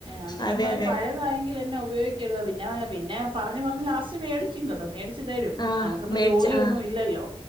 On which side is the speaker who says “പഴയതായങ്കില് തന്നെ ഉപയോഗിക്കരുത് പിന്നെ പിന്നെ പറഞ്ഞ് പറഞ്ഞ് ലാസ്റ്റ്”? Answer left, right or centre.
Right